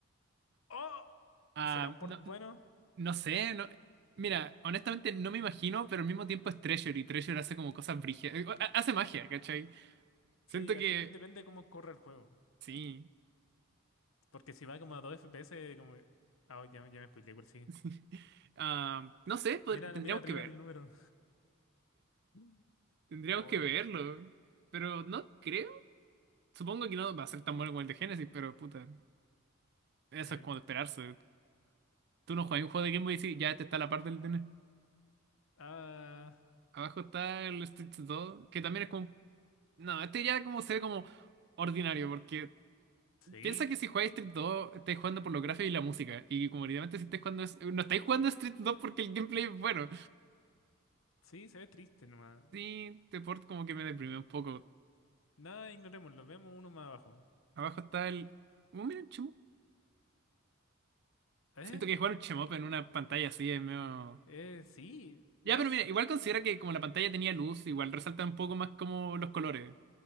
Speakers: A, on the left; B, on the right.
A: ¡Oh!
B: Ah,
A: ¿Será un port
B: no,
A: bueno?
B: no sé, no. Mira, honestamente no me imagino, pero al mismo tiempo es Treasure y Treasure hace como cosas brígidas. Eh, ha- Hace magia, ¿cachai? Siento
A: Sí,
B: que
A: al final depende cómo corre el juego.
B: sí.
A: Porque si va como a 2 FPS, como... Ah, ya, ya me spoileé cuál sigue.
B: <laughs> Ah, no sé, pod-
A: Mira,
B: tendríamos
A: mira arriba
B: que ver.
A: el número. <laughs>
B: Tendríamos
A: Ay.
B: que verlo. Pero no creo Supongo que no va a ser tan bueno como el de Genesis, pero puta, eso
A: Eh,
B: es como de esperarse. Tú no juegas un juego de Game Boy y sí, ya este está a la parte del DN.
A: ah,
B: Abajo está el Street 2, que también es como. No, este ya como se ve como ordinario, porque
A: sí,
B: piensa que si jugáis Street 2, estáis jugando por los gráficos y la música. Y como evidentemente si estáis jugando. es- No estáis jugando Street 2 porque el gameplay es bueno.
A: sí, se ve triste nomás.
B: Sí, este port como que me deprimió un poco.
A: Nada, ignorémoslo, veamos uno más abajo.
B: Abajo está el. Oh, mira, el Chemo.
A: ¿Eh?
B: Siento que jugar un Chemop en una pantalla así es medio.
A: Eh, sí, no,
B: Ya, pero
A: s-
B: mira, igual considera que como la pantalla tenía luz, igual resalta un poco más como los colores.